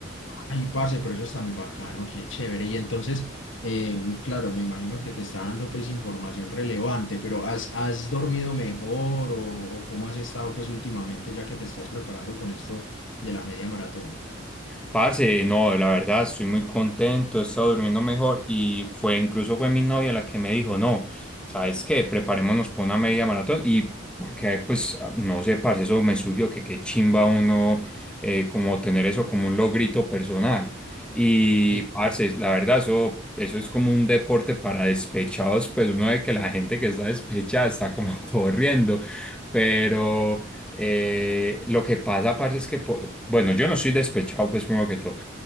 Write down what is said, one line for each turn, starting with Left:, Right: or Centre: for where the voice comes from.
Left: Ay, parce, pero eso está muy bacano, qué chévere. Y entonces, em, claro, me imagino que te está dando pues información relevante, pero ¿has, has dormido mejor o, o cómo has estado pues últimamente ya que te estás preparando con esto de la media maratón?
Centre: Parce, no, la verdad estoy muy contento, he estado durmiendo mejor y fue incluso fue mi novia la que me dijo, no, ¿sabes qué? Preparémonos para una media maratón y porque pues ah, no sé, parce, eso me surgió que qué chimba uno eh, como tener eso como un logrito personal. Y
Left: Sí,
Centre: parce, la verdad eso eso es como un deporte para despechados, pues uno ve que la gente que está despechada está como <laughs> corriendo, pero eh, lo que pasa, parce, es que, po- bueno, yo no soy despechado, pues primero que todo,